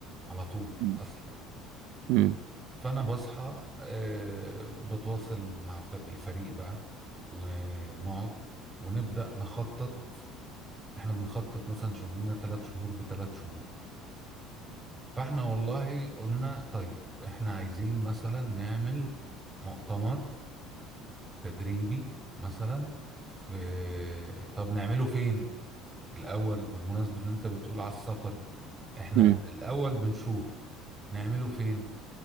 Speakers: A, on the right; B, on the right.
A: على طول
B: امم
A: اصلا
B: امم
A: فانا بصحى آه، بتواصل مع فر- الفريق بقى ونقعد ونبدا نخطط احنا بنخطط مثلا شغلنا ثلاث شهور بثلاث شهور فاحنا والله قلنا طيب احنا عايزين مثلا نعمل مؤتمر تدريبي مثلا في طب نعمله فين الاول بمناسبة ان انت بتقول على السفر احنا
B: امم
A: الاول بنشوف نعمله فين